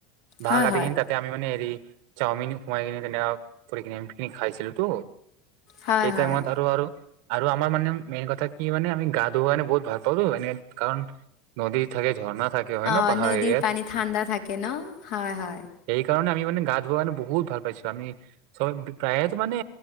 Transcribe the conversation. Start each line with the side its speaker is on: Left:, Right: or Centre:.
Right: বাঁহ
Left: হয়
Right: কাটি
Left: হয়
Right: কিনে তাতে আমি মানে হেৰি চাওমিন সোমাই কিনে তেনে কিনেমানে পিকনিক খাইছিলো তো
Left: হয়
Right: এই টাইমত
Left: হয়
Right: আৰু আৰু আৰু আমাৰ মানে মেইন কথা কি মানে আমি গা ধোৱা কাৰনে বহুত ভাল পালো এনে কাৰণ নদী থাকে ঝৰ্ণা থাকে হয়
Left: অ'
Right: ন পাহাৰ
Left: নদীৰ
Right: এৰিয়াত
Left: পানী ঠাণ্ডা থাকে ন হয় হয়
Right: কাৰণে আমি মানে গা ধোৱা টো বহুত ভাল পাইছো আমি চব প্ৰায়েতো মানে